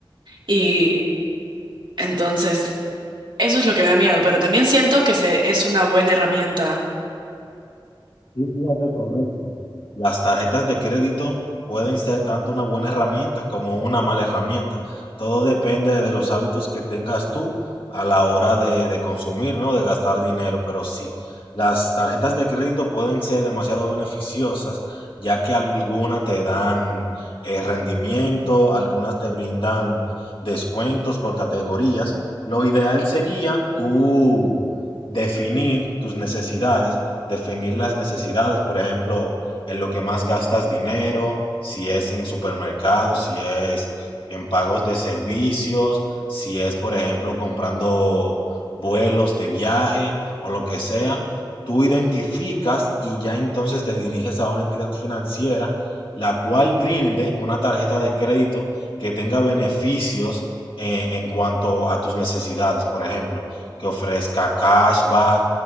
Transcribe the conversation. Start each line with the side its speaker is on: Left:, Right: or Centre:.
Right: y entonces eso es lo que me da miedo, pero también siento que se, es una buena herramienta.
Left: Sí, fíjate, correcto. Las tarjetas de crédito pueden ser tanto una buena herramienta como una mala herramienta. Todo depende de los hábitos que tengas tú a la hora de, de consumir, ¿no? De gastar dinero. Pero sí, las tarjetas de crédito pueden ser demasiado beneficiosas, ya que algunas te dan eh, rendimiento, algunas te brindan descuentos por categorías. Lo ideal sería tú definir tus necesidades definir las necesidades, por ejemplo, en lo que más gastas dinero, si es en supermercados, si es en pagos de servicios, si es, por ejemplo, comprando vuelos de viaje o lo que sea. Tú identificas y ya entonces te diriges a una entidad financiera, la cual brinde una tarjeta de crédito que tenga beneficios eh, en cuanto a tus necesidades, por ejemplo, que ofrezca cashback,